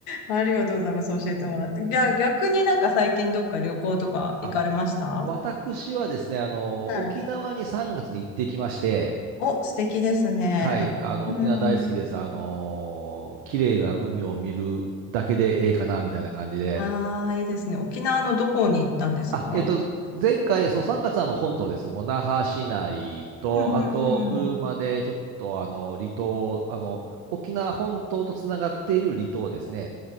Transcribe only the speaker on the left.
ありがとうございます。教えてもらって。ぎゃ、逆になんか最近どっか旅行とか行かれましたは
い
お、素敵ですね。
うん。
ああ、いいですね。沖縄のどこに行ったんですか
うんうんうん